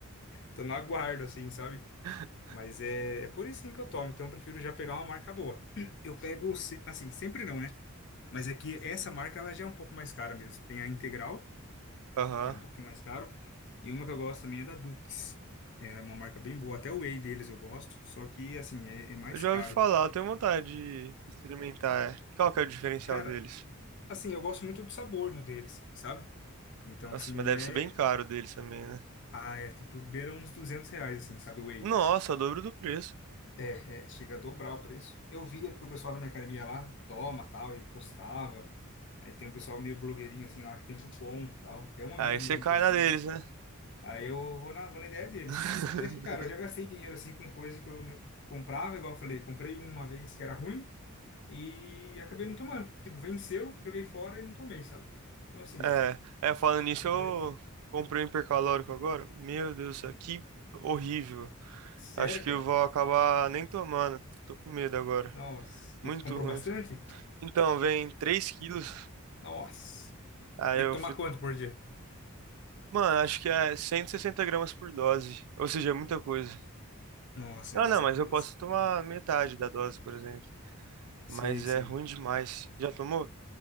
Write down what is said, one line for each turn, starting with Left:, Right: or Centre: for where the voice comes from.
Left: tô no aguardo, assim, sabe?
Right: <laughs>
Left: Mas é, é por isso sim que eu tomo, então eu prefiro já pegar uma marca boa. <clears throat> Eu pego, se- assim, sempre não, né? Mas é que essa marca, ela já é um pouco mais cara mesmo. Tem a Integral,
Right: Aham.
Left: que é um pouquinho mais caro, e uma que eu gosto também é da Dukes. É uma marca bem boa, até o whey deles eu gosto, só que, assim, é, é mais
Right: Eu já
Left: caro.
Right: ouvi falar, eu tenho vontade de experimentar. é. Qual que é o diferencial
Left: Cara,
Right: deles?
Left: assim, eu gosto muito do sabor do deles, sabe? Então,
Right: Nossa,
Left: assim,
Right: mas deve
Left: é...
Right: ser bem caro deles também, né?
Left: Ah, é tipo, beira uns 200 reais, assim, sabe? O whey.
Right: Nossa, o dobro do preço.
Left: É, é, chega a dobrar o preço. Eu via porque o pessoal da minha academia lá toma, tal, e postava. Aí tem um pessoal meio blogueirinho, assim, lá que tem cupom, tal. Tem um amigo
Right: Aí você
Left: meu, inclusive.
Right: cai na deles, né?
Left: Aí eu vou na, vou na ideia deles.
Right: <laughs>
Left: Mas é que, cara, eu já gastei dinheiro, assim, com coisa que eu n- comprava, igual eu falei. Comprei uma vez que era ruim e acabei não tomando. Tipo, venceu, joguei fora e não tomei, sabe? Então, assim,
Right: É, é, falando nisso,
Left: às
Right: eu
Left: vezes...
Right: comprei um hipercalórico agora. Meu Deus do céu, que horrível.
Left: Sério,
Right: Acho que
Left: cara?
Right: eu vou acabar nem tomando. Tô com medo agora.
Left: Nossa.
Right: Muito
Left: E comprou
Right: ruim.
Left: bastante?
Right: Então, vem 3 quilos.
Left: Nossa.
Right: Aí
Left: Tem
Right: eu
Left: que tomar
Right: fui.
Left: quanto por dia?
Right: Mano, acho que é 160 gramas por dose. Ou seja, é muita coisa.
Left: Nossa,
Right: Ah,
Left: é bastante
Right: não, mas
Left: coisa.
Right: eu posso tomar metade da dose, por exemplo. Mas
Left: Sei, sei.
Right: é ruim demais. Já tomou?